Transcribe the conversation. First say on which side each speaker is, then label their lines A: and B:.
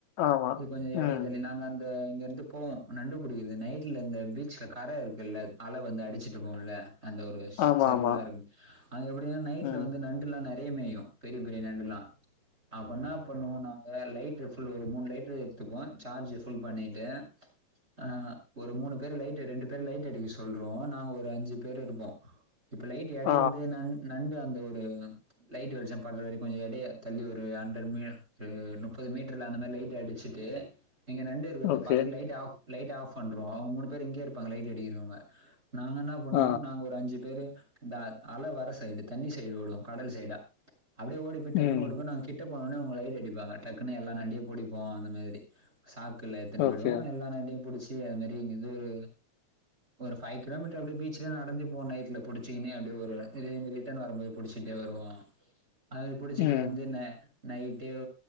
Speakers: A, on the left; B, on the right.
A: ஆமா.
B: இது கொஞ்ச எடைய
A: ம்.
B: தள்ளி நாங்க அந் போ இங்க இருந்து போவோ நண்டுபுடிக்கறது நைட்ல இந்த பீச்ல கர இருக்குல்ல அல வந்து அடிச்சிட்டு போவுல்ல அந்த ஒரு ஸ்
A: ஆமா,
B: சர்வுலா
A: ஆமா.
B: இருங் அங்க எப்டினா நைட்ல
A: ம்.
B: வந்து நண் டுலா நெறைய மேயு பெரிய பெரிய நண்டுல்லா அப்ப என்னா பண்ணுவோ நாங்க லைட்டர் ஃபில் ஒரு மூணு லைடர் எடுத்துப்போ சார்ஜு பில் பண்ணிட்டே ஆ ஒரு மூணு பேரு லைட்டு ரெண்டு பேரு லைட்டு அடிக்க சொல்ருவோ நாங்க ஒரு அஞ்சி பேரு இருப்போ இப்ப லைட்டு எடைய
A: ஆ.
B: இருந்தது நான் நண்டு அந்த ஒரு லைட்டு வெளிச்ச படுற வரைக்கு கொஞ்ச எடைய தள்ளி ஒரு ஹண்ட்ரட் மீ ஒரு நுப்பது மீட்ரு நா இன்னமேலு லைட்டு அடிச்சிட்டு நீங்க நண்டு இருக்கறத
A: ஓகே.
B: பாத்துட்டு லைட்ட ஆஃப் லைட்டு ஆஃப் பண்ருவோ அவங்க மூணு பேரு இங்கே இருப்பாங்க லைட் அடிக்கிறவங்க நாங்கென்னா பண்ணுவோ
A: ஆ.
B: நாங்க ஒரு அஞ்சி பேரு இந்த அ அல வர சைடு தண்ணி சைடு ஓடு கடல் சைடா அப்டியே ஓடி போய் டக்குன்னு
A: ம்.
B: ஓடி போய் நாங் கிட்ட போனோனே அவங்க லைட்டு அடிப்பாங்க டக்குன்னு எல்லா நண்டையு புடிப்போ அந்த மாதிரி சாக்கில்ல எத்துன்னு பொய்டுவோ
A: ஓகே.
B: எல்லா நாண்டையு புடிச்சி அது மாதிரி இங்க ஒரு ஒரு ஃபைவ் கிலோமீட்டர் அப்டியே பீச்லே நடந்து போ நைட்ல புடிச்சிங்க அப்டியே ஒரு திரும்பி ரிட்டர்ன் வரும்போது புடிச்சிட்டே வருவாங்க அது புடிச்சிட்டு
A: ம்.
B: வந்து நே நைட்டே